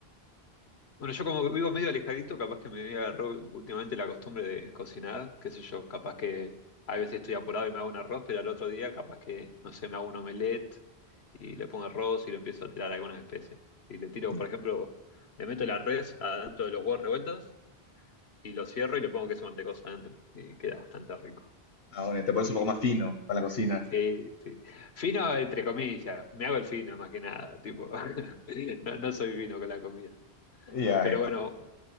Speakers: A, on the left; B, on the left.
A: Bueno, yo como vivo medio alejadito, capaz que me agarró últimamente la costumbre de cocinar, qué sé yo, capaz que a veces estoy apurado y me hago un arroz, pero al otro día capaz que, no sé, me hago un omelette y le pongo arroz y le empiezo a tirar algunas especias. Y le tiro,
B: Ya.
A: por ejemplo, le meto la res adentro de los huevos revueltos y lo cierro y le pongo queso mantecoso adentro y queda bastante rico.
B: Ah, bueno te pones
A: Y
B: un poco más fino con la cocina.
A: sí, sí. Fino entre comillas, me hago el fino más que nada, tipo, <laughs> no, no soy fino con la comida.
B: Ya,
A: Pero
B: ya.
A: bueno,